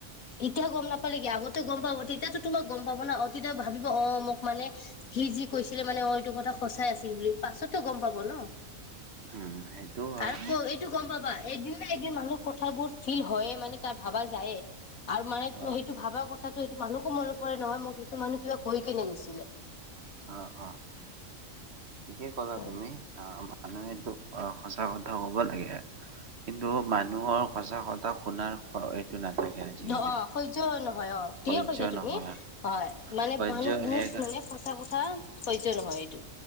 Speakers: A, on the left (about 85°); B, on the right (about 50°).
A: এতিয়া গম নাপালে কি আগত। গম পাব, তেতিয়াতো তোমাক গম পাব না। ভাবিব অ' মোক মানে সি যি কৈছিলে মানে, অ', এইটো কথা সঁচাই আছিল বুলি। পাছততো গম পাব ন'।
B: উম, সেইটোও হয়
A: কাৰণ ক' এইটো গম পাবা। এদিন নহয়, এদিন মানুহ কথাবোৰ ফিল হয়ে, মানে তাৰ ভাবা যায়ে। আৰু মানে
B: অ',
A: সেইটো ভাবা কথাটো, সেইটো মানুহকো মনত পৰে নহয়। মোক সেইটো মানুহ কিবা কৈ কেনে নিছিলে।
B: অ'অ', ঠিকে ক'লা
A: হয়।
B: তুমি। অ', আপুনিটো অ', সঁচা কথা ক'ব লাগে। কিন্তু মানুহৰ সঁচা কথা শুনাৰ তটো নাথাকে। আজিকালি।
A: অ', সহ্য নহয়, অ',
B: সহ্য
A: থিকে কৈছাঁ তুমি।
B: নহয়
A: হয়, মানে
B: সহ্য
A: মানুহ বহুত
B: এক
A: কোনে সঁচা কথা সহ্য নহয়, এইটো।